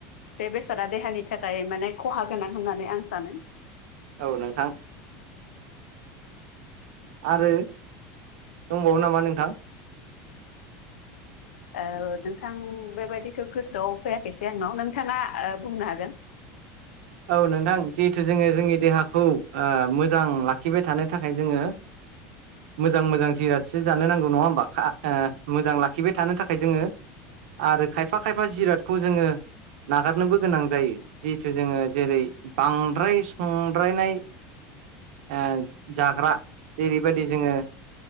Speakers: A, on the left (about 75°); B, on the right (about 65°).
A: बे बेसादा देहानि थाखाय माने खहा गोनां होननानै आं सानो।
B: औ नोंथां। आरो दंबावो नामा नोंथां?
A: औ नोंथां बेबायदिखौ गोसोआव फैयाखैसै आंनाव नोंथाङा ओ बुंनो हागोन? <inaudible>
B: औ नोंथां जिहेथु जोंङो जोंनि देहाखौ ओ मोजां लाखिबाय थानो थाखाय जोंङो मोजां मोजां जिरादसो जानो नांगौ नंङा होमबा खा ओ मोजां लाखिबाय थानो थाखाय जोंङो। आरो खायफा खायफा जिरादखौ जोंङो नागारनोबो गोनां जायो जिहेथु जोंङो जेरै बांद्राय संद्रायनाय ओ जाग्रा जेरैबायदि जोंङो